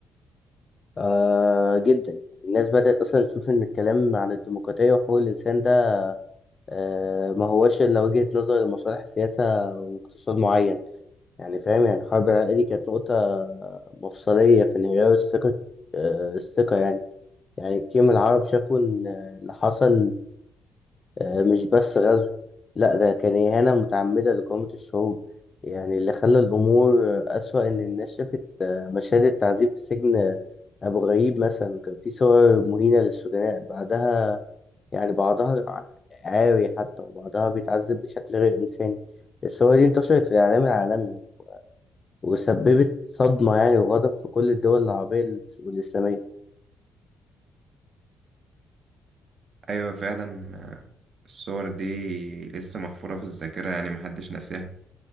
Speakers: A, on the left (about 35°); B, on the right (about 50°).
A: آه جدا الناس بدأت أصلا تشوف إن الكلام عن الديمقراطية وحقوق الإنسان ده آه ما هوش إلا وجهة نظر لمصالح سياسة واقتصاد معين يعني فاهم يعني الحرب العراقية دي كانت نقطة مفصلية في انهيار الثقة آه، الثقة يعني يعني كتير من العرب شافوا إن اللي حصل آه، مش بس غزو لأ ده كان إهانة متعمدة لقومة الشعوب يعني اللي خلى الأمور أسوأ إن الناس شافت آه، مشاهد التعذيب في سجن أبو غريب مثلا وكان في صور مهينة للسجناء بعدها يعني بعضها عاري حتى وبعضها بيتعذب بشكل غير إنساني الصور دي انتشرت في الإعلام العالمي وسببت صدمة يعني وغضب في كل الدول العربية والإسلامية
B: أيوة فعلا آه، الصور دي لسه محفورة في الذاكرة يعني محدش ناساها